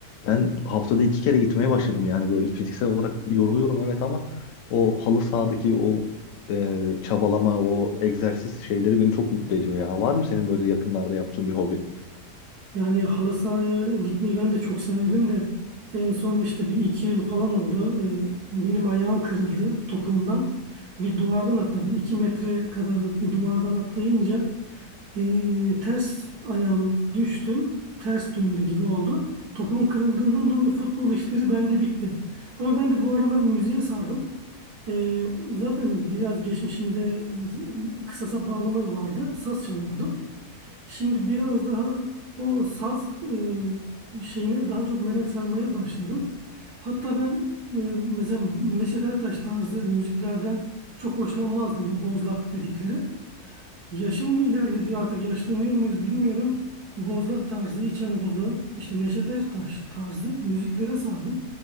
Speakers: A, on the left (about 70°); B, on the right (about 85°).
A: Ben haftada iki kere gitmeye başladım yani böyle fiziksel olarak yoruluyorum evet ama o halı sahadaki o e, çabalama, o egzersiz şeyleri beni çok mutlu ediyor ya. Var mı senin böyle yakınlarda yaptığın bir hobi?
B: Yani halı sahaya gitmeyi ben de çok severdim de en son işte bir iki yıl falan oldu. Ee, Benim ayağım kırıldı topuğumdan. Bir duvardan atladım. iki metre kadarlık bir duvardan atlayınca ee, ters ayağım düştüm. Ters döndü gibi oldu. Topuğum kırıldığından dolayı futbol işleri bende bitti. Ama ben de bu aralar müziğe sardım. Ee, zaten biraz geçmişimde e, kısa sap bağlama vardı. Saz çalıyordum. Şimdi biraz daha o saz e, şeyine daha çok merak sarmaya başladım. Hatta ben e, mesela Neşet Ertaş tarzı müziklerden çok hoşlanmazdım bu bozlak dedikleri. Yaşım mı ilerlediği artık yaşlanıyor muyuz bilmiyorum. Bozlak tarzı, İç Anadolu, işte Neşet Ertaş tarzı müziklere sardım.